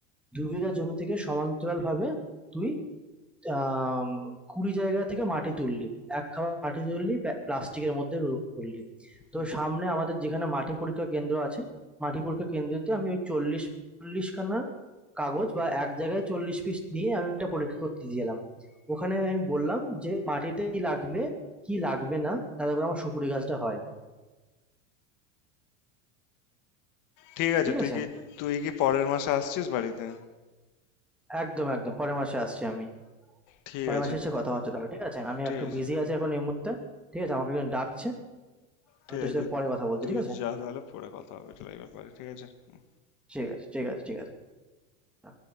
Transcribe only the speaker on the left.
হুম।
ঠিক আছে
তুই
কি তুই কি পরের মাসে আসছিস বাড়িতে
ঠিক
আছে
ঠিক
ঠিক
আছে
তুই
তুই
যা তাহলে পরে কথা হবে তাহলে এই ব্যাপারে ঠিক আছে হুম